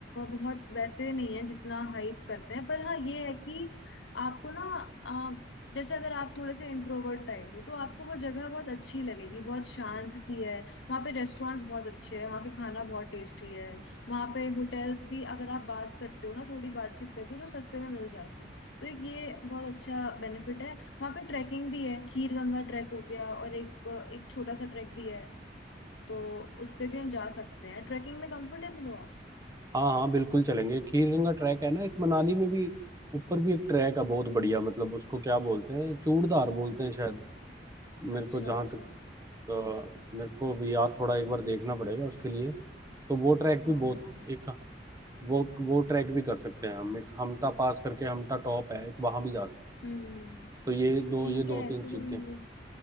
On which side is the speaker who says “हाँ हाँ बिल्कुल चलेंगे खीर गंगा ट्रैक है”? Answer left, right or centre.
Right